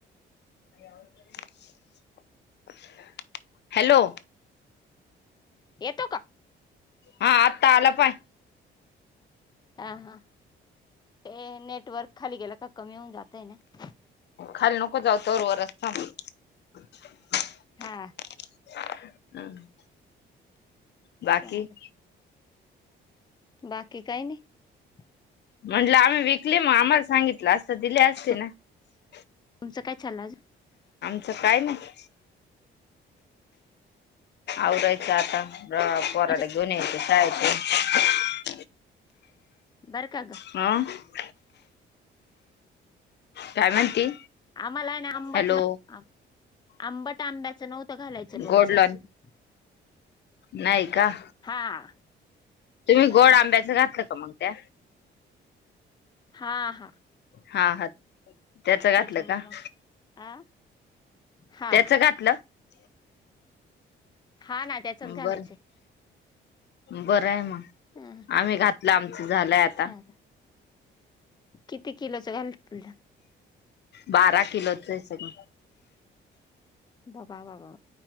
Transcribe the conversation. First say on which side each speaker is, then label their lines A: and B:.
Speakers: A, on the left; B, on the left.
A: <inaudible> हॅलो <inaudible>
B: येतो का
A: हा आत्ता आला पण <inaudible>
B: हा हा ते नेटवर्क खाली गेला का कमी होऊन जातय ना-
A: खाली नको जावू तोरवर वरच
B: हा
A: <inaudible> हम् <inaudible> बाकी
B: चालेल
A: <inaudible>
B: बाकी काही नाही <inaudible>
A: म्हटलं आम्ही विकली मग आम्हाला सांगितलं असता दिले असते
B: तु-
A: ना <inaudible>
B: तुमचं काय चाल अजू <inaudible>
A: अमच काय नाय <inaudible> आ्वरयच त आता
B: अजून?
A: पोराला घेवुन यायच शाळेतून
B: बरं का ग
A: हम <inaudible> काय म्हणती <inaudible>
B: आम्हाला आंबटलो
A: हॅलो
B: <inaudible> आंबट आंब्याचं नव्हतं घालायचं लोणचं
A: गोड लॉन
B: <inaudible>
A: नाही का <inaudible>
B: हा
A: तुम्ही
B: हा
A: गोड आंब्याचं घातलं का मग त्या <inaudible>
B: हा हा <inaudible>
A: हा -हा त्याच घातलं
B: त्याच्यामुळे
A: का
B: मग
A: <inaudible>
B: आ हा
A: त्याच घातलं <inaudible>
B: हा ना त्याचच घालायचं
A: बर
B: <inaudible>
A: बरं आहे मग
B: हा
A: आम्ही घातलं आमचं झालंय आता
B: चालेल
A: <inaudible>
B: किती किलोचं घाल तुला <inaudible>
A: बारा किलोच आहे सगं-
B: बाबा बाबा